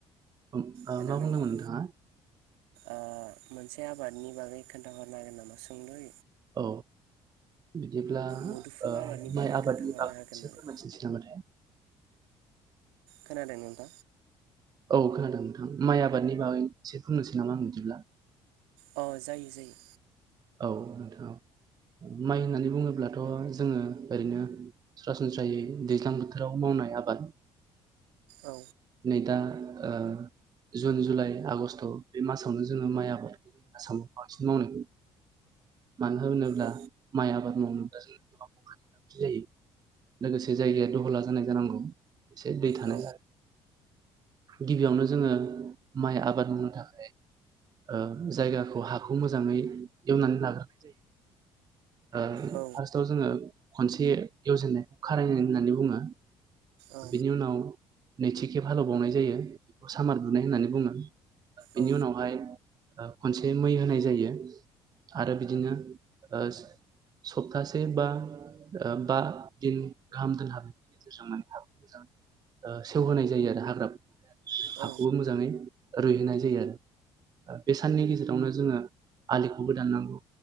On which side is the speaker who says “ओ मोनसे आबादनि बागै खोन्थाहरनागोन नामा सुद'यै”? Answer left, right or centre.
Right